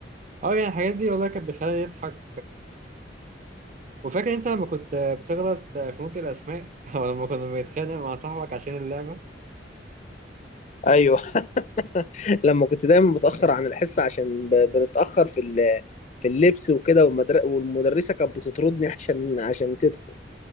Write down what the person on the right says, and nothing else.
اه يعني الحاجات دي والله كانت بتخليني اضحك وفاكر انت لما كنت بتغلط في نطق الاسماء <laughs> او لما كنا بنتخانق مع صاحبك عشان اللعبه